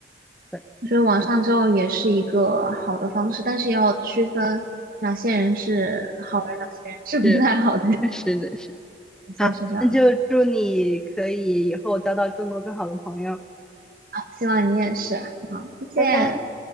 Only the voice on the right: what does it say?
我觉得网上交友也是一个好的方式，但是要区分哪些人是好人，哪些人是不太好的人，
<laughs>
就是这样子。
啊希望你也是啊。好，再见。